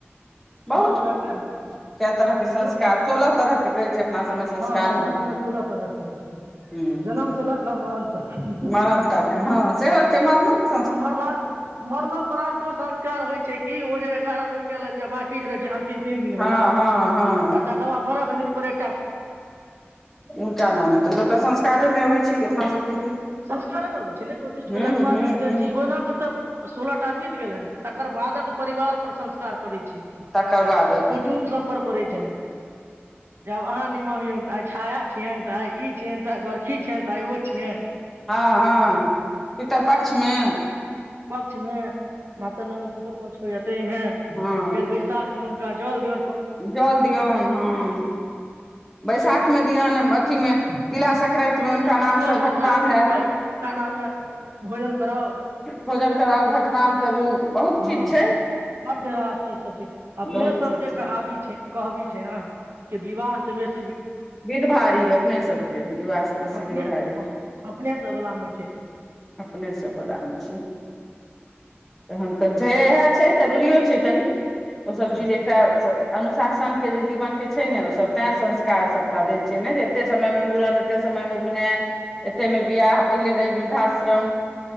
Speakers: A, in the centre; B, on the right.
A: बहुत
B: तरह तरह के
A: कए तरह के संस्कार,
B: लोक
A: सोलह तरह के कहै छै अपना सबमे संस्कार
B: हँ अपना
A: होइ छै,
B: सबमे सोलह तरह के होइ छै
A: हां
B: जनम से लऽ कऽ मरण तक
A: मरण तक, हँ सेहो छै मरणो के त
B: आ मरलाके, मरनोपरान्तो संस्कार होइ छै। की ओ जे एगारह दिन के लेल जे बांकी जे रहै छै तीन तीन दिन
A: हँ
B: वला आ
A: हँ हँ
B: तकर बाद बरख दिन पर एक
A: उनका नाम ह तऽ सब संस्कारे मे अबै छै अपना सबके। की
B: संस्कारेमे अबै छै ने कुदृष्ट
A: हूं
B: भेलाके बाद
A: हूं
B: ई तऽ
A: हूं
B: जीवनक तऽ सोलह टा बीत गेलै ह। तकर बाद। परिवार पर संस्कार पड़ै छै
A: तकर बादक
B: कुटुम्ब सब पर। पड़ै छनि जे आब अहाँ निमहयौन त आइ छाया छियनि त आइ ई छियअनि त आइ बरखी छियनि त आइ ओ छियअनि।
A: हां हां, पितर पक्षमे।
B: क्षमे मातर नवमी पितर पछ होइये। तै मे
A: हँ
B: फेर बैसाख मे। गाजालदिय।
A: जल दियऔन हँ बैसाखमे दिऔन अथिीमे। तिल अा करै। हुनका नामसँ
B: तिला संक्रान्ति
A: घटदान
B: मे
A: हत।
B: हिनका हुनका नामे भोजन कराउ
A: भोजन कराउ घटदान। करू। बहुत
B: हँ
A: चीज छै
B: बड बेरास चीज सब छै अपने
A: बहुत
B: सबके
A: चीज छै
B: कहावी छै। कहबी छै ने कि विवाह से बेस।
A: विध भारी अपने सबके विवाहसँ बेसी
B: अपने
A: विध भारी
B: अपने सब वला मे छै
A: अपनेसभवलामे छी। तन तऽ छै इएह छै जरूरिो छै कनि। ओ
B: हूँ
A: सब चीज एकटा। अनुशासन के जे जीवन के छै ने ओ सब तें संस्कार सब। देल छै ने जे एते समय मे मड़न एते समय मे उपनयन एते मे बिियाह पहिले रहे वृद्धाश्रम